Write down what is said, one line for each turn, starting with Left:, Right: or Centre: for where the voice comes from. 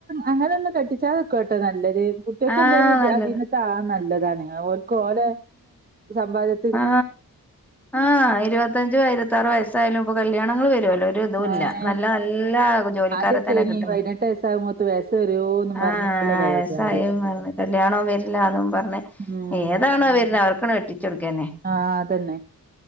Right: അങ്ങനെ ഒന്നും കെട്ടിച്ചാതക്കാട്ടോ നല്ലത് കുട്ടികൊഎന്തങ്കിലും
Centre: ആഹ് നല്ലത്
Right: അധീനത്താ ആക്ക നല്ലത് താണ്അ ഓൽക്ക് ഓല സമ്പാദ്യ
Centre: ആ ആ ഇരുപത്തഞ്ചു ഇരുപത്താറു വയസ്സായാലും ഇപ്പം കല്യാണങ്ങൾ വരുല്ലോ ഒരിതുല്ല
Right: ഏഹ്
Centre: നല്ല നല്ല ജോലിക്കാരെ
Right: ആദ്യൊക്കെ
Centre: തന്നെ
Right: ഇനി
Centre: കിട്ടണെ
Right: പതിനെട്ട് വയസ്സാകുമ്പോത്ത് വയസ്സ് വരുവോന്നും പറഞ്ഞിട്ടുള്ള
Centre: ആഹ്
Right: ബേജാറ്
Centre: <unintelligible> കല്യണോ വരില്ലഅതുപറഞ്ഞു
Right: ഉം
Centre: ഏതാണോവരാണെ അവർക്ക് <unintelligible> ട്ടിച്ചു കൊടുക്കാന്നേ
Right: ആഹ് അതന്നെ